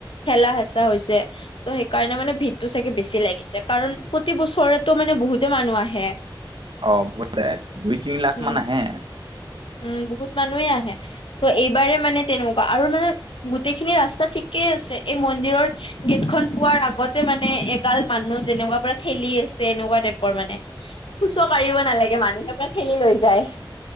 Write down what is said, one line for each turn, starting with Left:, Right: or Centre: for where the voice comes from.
Left: ঠেলা হেঁচা হৈছে ত' সেইকাৰণে মানে ভিৰটো চাগে বেছি লাগিছে কাৰণ প্ৰতি বছৰে মানে বহুতে মানুহ আহে
Right: অ বহুত দুই তিনি লাখমান
Left: উম
Right: আহে
Left: উম বহুত মানুহে আহে ত' এইবাৰ মানে তেনেকুৱা আৰু মানে গোটেইখিনি ৰাস্তা ঠিক ঠিকে আছে এই মন্দিৰৰ গেট খন পোৱাৰ আগতে মানে এগাল মানুহ যেনেকুৱা পৰা ঠেলি আছে এনেকুৱা টাইপৰ মানে ফুচ মাৰিব নালাগে মানুহে পৰা ঠেলি লৈ যায়